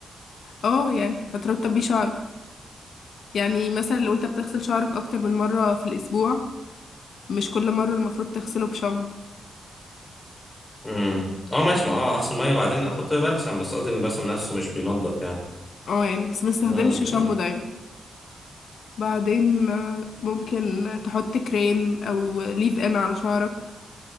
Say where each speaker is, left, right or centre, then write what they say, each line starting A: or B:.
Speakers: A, on the left; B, on the left.
A: اه يعني هترطب بيه شعرك يعني مثلا لو انت بتغسل شعرك اكتر من مرة في الاسبوع مش كل مرة المفروض تغسله بشامبو
B: امم اه ماشي ما اه اغسل ميه بعدين احط بلسم بس قصدي ان البلسم نفسه مش بينضف
A: اه يعني بس ما استخدمش
B: يعني
A: شامبو دايما بعدين آه، ممكن تحط كريم او ليف ان على شعرك